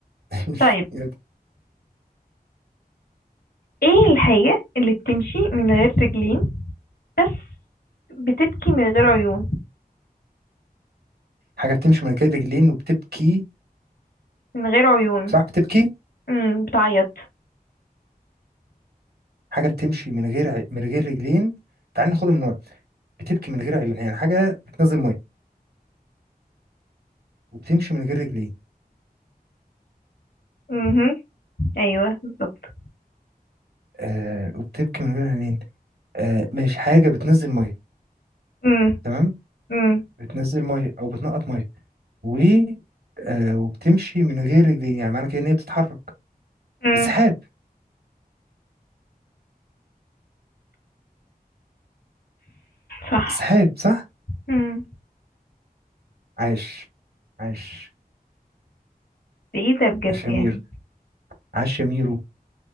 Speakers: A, on the right; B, on the left.
A: <laughs>
B: طيب ايه الحاجة اللي بتمشي من غير رجلين بس بتبكي من غير عيون
A: حاجه بتمشي من غير رجلين وبتبكي
B: من غير عيون
A: صح بتبكي
B: امم بتعيط
A: حاجه بتمشي من غير ع- من غير رجلين تعال ناخدها من ورا بتبكي من غير عيون يعني حاجه بتنزل ميه وبتمشي من غير رجلين
B: امم ايوه بالظبط
A: آه وبتبكي من غير عينين آه مش حاجة بتنزل مية
B: امم
A: تمام
B: امم
A: بتنزل مية أو بتنقط مية و آه وبتمشي من غير رجلين يعني معنى كده إن هي بتتحرك
B: امم
A: السحاب
B: صح
A: السحاب صح
B: امم
A: عاش عاش
B: ده ايه ده بجد
A: عاش يا
B: يعني
A: مير عاش يا ميرو